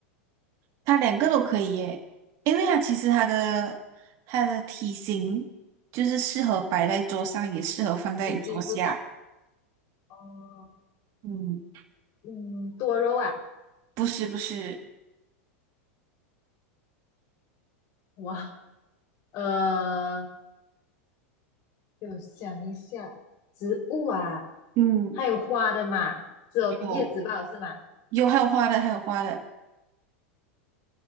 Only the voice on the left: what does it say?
体积不大。哦，
嗯，多肉啊，
哇，呃，我想一下，植物啊，
还有花的嘛，只有叶子吧，
是吗？